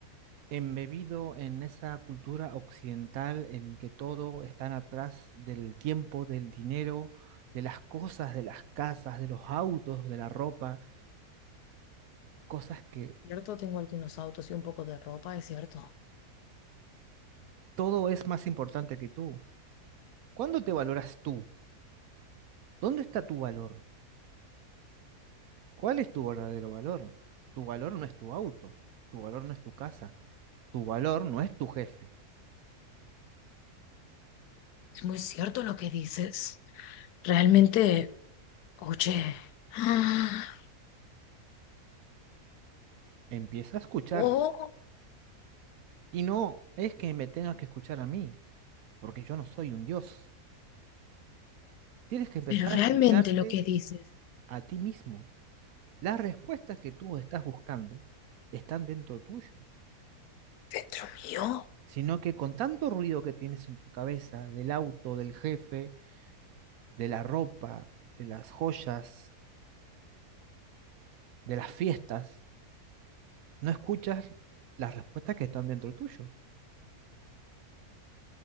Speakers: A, on the right; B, on the left.
A: embebido en esa cultura occidental en que todo está atrás del tiempo, del dinero, de las cosas, de las casas, de los autos, de la ropa, cosas que
B: Cierto, tengo algunos autos y un poco de ropa, es cierto.
A: todo es más importante que tú. ¿Cuándo te valoras tú? ¿Dónde está tu valor? ¿Cuál es tu verdadero valor? Tu valor no es tu auto, tu valor no es tu casa, tu valor no es tu jefe.
B: Es muy cierto lo que dices. Realmente, oye, ah,
A: Empieza a escuchar.
B: oh,
A: Y no es que me tengas que escuchar a mí. porque yo no soy un dios. Tienes que empezar
B: pero realmente
A: a escucharte
B: lo que dices,
A: a ti mismo. Las respuestas que tú estás buscando están dentro tuyo,
B: dentro mío,
A: sino que con tanto ruido que tienes en tu cabeza, del auto, del jefe, de la ropa, de las joyas, de las fiestas, no escuchas las respuestas que están dentro tuyo.